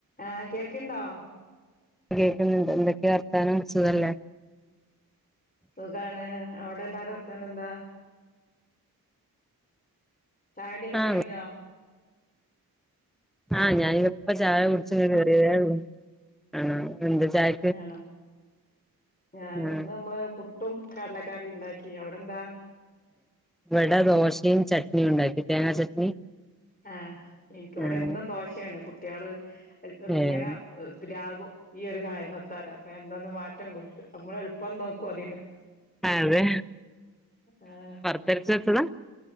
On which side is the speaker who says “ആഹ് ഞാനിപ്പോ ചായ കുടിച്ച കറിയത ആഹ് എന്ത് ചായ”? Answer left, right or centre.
Centre